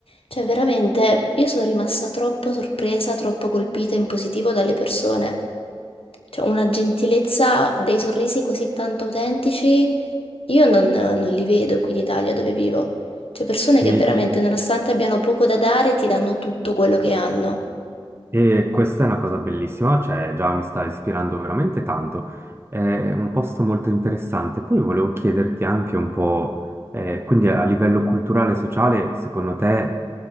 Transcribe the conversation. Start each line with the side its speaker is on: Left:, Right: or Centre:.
Left: Cioè, veramente, io sono rimasta troppo sorpresa, troppo colpita in positivo dalle persone. Cioè, una gentilezza, dei sorrisi così tanto autentici, io non, non li vedo qui in Italia dove vivo. Cioè, persone
Right: E
Left: che veramente,
Right: il-
Left: nonostante abbiano poco da dare, ti danno tutto quello che hanno.
Right: E questa è una cosa bellissima, cioè già mi sta ispirando veramente tanto. È un posto molto interessante. Poi volevo chiederti anche un po', eh, quindi a livello culturale e sociale, secondo te